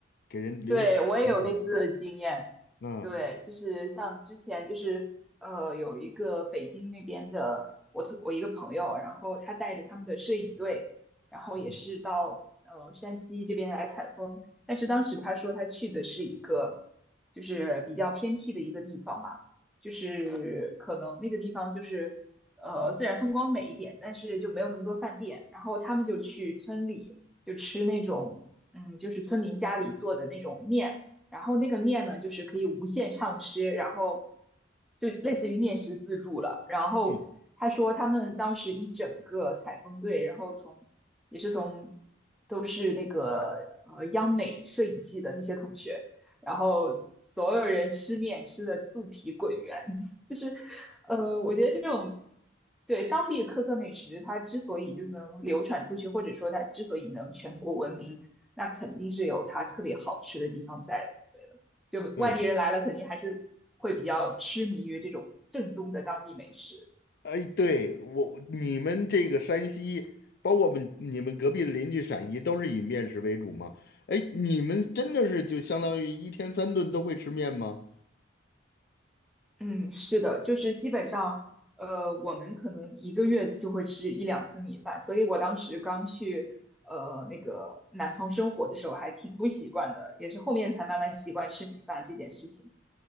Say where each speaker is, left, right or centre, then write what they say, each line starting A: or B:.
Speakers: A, on the left; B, in the centre.
A: 给人留下印象。
B: 对，我也有类似的经验。
A: 嗯
B: 对，就是像之前就是呃，有一个北京那边的我同我一个朋友，然后他带着他们的摄影队，然后也是到呃山西这边来采风。
A: 嗯
B: 但是当时他说他去的是一个就是比较偏僻的一个地方嘛，就是可能那个地方就是呃自然风光美一点，但是就没有那么多饭店。然后他们就去村里就吃那种。嗯，就是村民家里做的那种面，然后那个面呢，就是可以无限畅吃，然后就类似于面食自助了。然后他说他们当时一整个采风队，
A: 嗯，
B: 然后从也是从都是那个呃央美摄影系的那些同学，然后所有人吃面吃的肚皮滚圆，<laughs> 就是呃，我觉得这种。对，当地特色美食，它之所以就是能流传出去，或者说它之所以能全国闻名，那肯定是有它特别好吃的地方在的。对的，就外地人来了，
A: 对，
B: 肯定还是会比较痴迷于这种正宗的当地美食。
A: 哎，对我你们这个山西，包括我们你们隔壁的邻居陕西，都是以面食为主吗？哎，你们真的是就相当于一天三顿都会吃面吗？
B: 嗯，是的，就是基本上，呃，我们可能一个月就会吃一两次米饭，所以我当时刚去呃那个南方生活的时候还挺不习惯的，也是后面才慢慢习惯吃米饭这件事情。